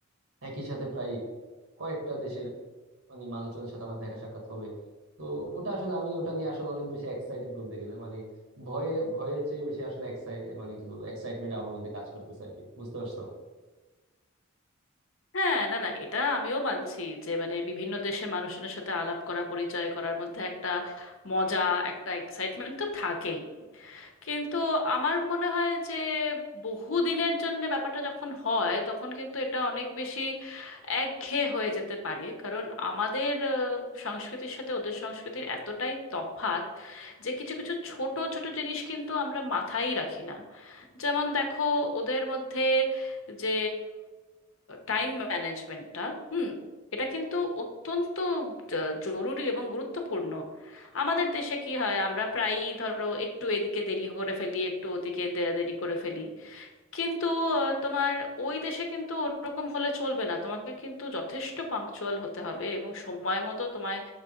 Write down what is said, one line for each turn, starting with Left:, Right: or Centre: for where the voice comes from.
Right: একই সাথে প্রায় কয়েকটা দেশের মানে মানুষজনের সাথে আমার দেখা সাক্ষাৎ হবে তো ওটা আসলে আমি ওটা নিয়ে আসলে অনেক বেশি এক্সাইটেড বলতে গেলে মানে ভয়ে ভয়ের চেয়ে বেশি আসলে এক্সাইট মানে কি বলবো এক্সাইটমেন্ট আমার মধ্যে কাজ করতেছে আর কি বুঝতে পারছো
Left: হ্যাঁ না না এটা আমিও মানছি যে মানে বিভিন্ন দেশের মানুষজনের সাথে আলাপ করা পরিচয় করার মধ্যে একটা মজা একটা এক্সাইটমেন্ট তো থাকেই কিন্তু আমার মনে হয় যে বহুদিনের জন্য ব্যাপারটা যখন হয় তখন কিন্তু এটা অনেক বেশি একঘেয়ে হয়ে যেতে পারে কারণ আমাদের আহ, সংস্কৃতির সাথে ওদের সংস্কৃতির এতটাই তফাত যে কিছু কিছু ছোট ছোট জিনিস কিন্তু আমরা মাথায় রাখি না যেমন দেখো ওদের মধ্যে যে টাইম ম্যানেজমেন্টটা হুম এটা কিন্তু অত্যন্ত জ- জরুরি এবং গুরুত্বপূর্ণ আমাদের দেশে কি হয় আমরা প্রায়ই ধরো একটু এদিকে দেরি করে ফেলি একটু ওদিকে দে- দেরি করে ফেলি কিন্তু আহ, তোমার ওই দেশে কিন্তু ওরকম হলে চলবে না তোমাকে কিন্তু যথেষ্ট পাংচুয়াল হতে হবে এবং সময় মতো তোমায়